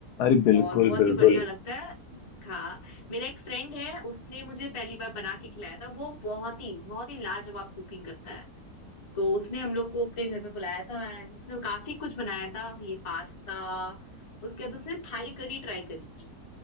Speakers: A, on the left; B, on the left.
A: अरे बिल्कुल
B: और बहुत
A: बिल्कुल
B: ही बढ़िया लगता है हाँ मेरा एक फ्रेंड है उसने मुझे पहली बार बना के खिलाया था वो बहुत ही बहुत ही लाजवाब कुकिंग करता है तो उसने हम लोग को अपने घर पे बुलाया था एंड उसने काफी कुछ बनाया था ये पास्ता उसके बाद उसने थाई करी ट्राई करी थी